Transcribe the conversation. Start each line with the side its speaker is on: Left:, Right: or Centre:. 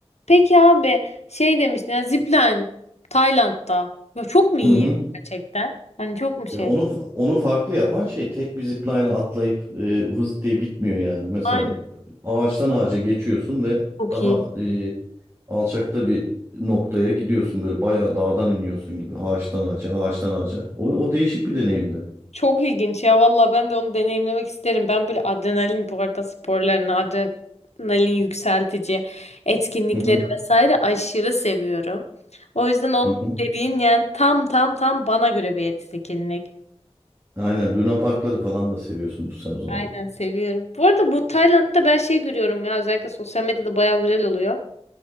Left: Peki abi şey demiştin ya Zipline Tayland'da. Ya çok mu iyi
Right: Hı hı.
Left: gerçekten? Hani çok mu şey?
Right: Ya onu onu farklı yapan şey tek bir zipline'a atlayıp e, vız diye bitmiyor yani. Mesela
Left: Aynen
Right: ağaçtan ağaca geçiyorsun ve
Left: çok
Right: daha
Left: iyi.
Right: e, alçakta bir noktaya gidiyorsun böyle bayağı dağdan iniyorsun gibi ağaçtan ağaca, ağaçtan ağaca. O, o değişik bir deneyimdi.
Left: Çok ilginç ya valla ben de onu deneyimlemek isterim. Ben böyle adrenalin bu arada sporlarını, adrenalin yükseltici etkinlikleri
Right: Hı hı,
Left: vesaire aşırı seviyorum. O yüzden onun
Right: hı hı.
Left: dediğin yani tam tam tam bana göre bir etkinlik.
Right: Aynen Luna Parkları falan da seviyorsunuz sen o zaman.
Left: Aynen seviyorum. Bu arada bu Tayland'da ben şey görüyorum ya özellikle sosyal medyada bayağı viral oluyor.